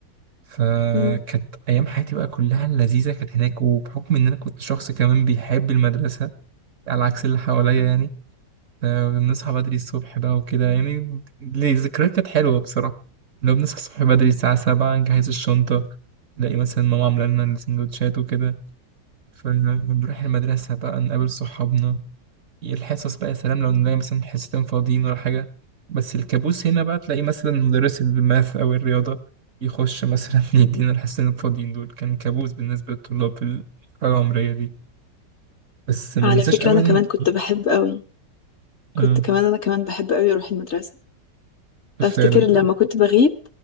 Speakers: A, on the right (about 55°); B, on the left (about 50°).
A: فكانت
B: مم.
A: أيام حياتي بقى كلها لذيذة كانت هناك وبحكم إن أنا كنت شخص كمان بيحب المدرسة على عكس اللي حواليا يعني فبنصحى بدري الصبح بقى وكده يعني ليه- الذكريات كانت حلوة بصراحة لو بنصحى الصبح بدري الساعة سبعة نجهز الشنطة نلاقي مثلا ماما عاملة لنا السندوتشات وكده فنروح المدرسة بقى نقابل صحابنا الحصص بقى يا سلام لو نلاقي مثلا حصتين فاضيين ولا حاجة بس الكابوس هنا بقى تلاقي مثلا مدرس الماث أو الرياضة يخش مثلا <laughs> يدينا الحصتين الفاضيين دول كان كابوس بالنسبة للطلاب في الحالة العمرية دي بس ما
B: على
A: ننساش
B: فكرة
A: أبدا
B: أنا كمان كنت بحب قوي
A: اه
B: كنت كمان أنا كمان بحب قوي أروح المدرسة
A: آه،
B: أفتكر
A: فعلا
B: لما
A: اه
B: كنت بغيب